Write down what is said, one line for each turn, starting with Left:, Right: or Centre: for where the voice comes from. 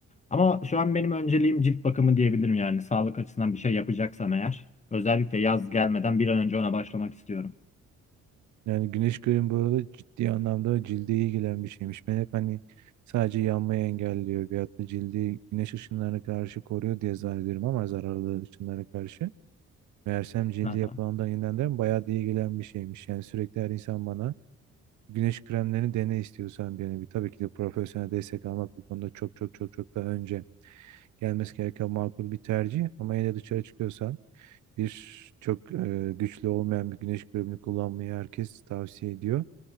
Left: Ama şu an benim önceliğim cilt bakımı diyebilirim yani. Sağlık açısından bir şey yapacaksam eğer. Özellikle yaz gelmeden bir an önce ona başlamak istiyorum.
Right: Yani güneş kremi bu arada ciddi anlamda cilde iyi gelen bir şeymiş. Ben hep hani sadece yanmayı engelliyor veyahut da cildi güneş ışınlarına karşı koruyor diye zannediyorum ama zararlı ışınlara karşı. Meğersem cildi
Left: <laughs>
Right: yapılandan yeniden bayağı da iyi gelen bir şeymiş. Yani sürekli her insan bana güneş kremlerini dene istiyorsan diyor. Yani bir- tabii ki de profesyonel destek almak bu konuda çok çok çok çok daha önce gelmesi gereken makul bir tercih. Ama yine de dışarı çıkıyorsan bir çok e, güçlü olmayan bir güneş kremini kullanmayı herkes tavsiye ediyor.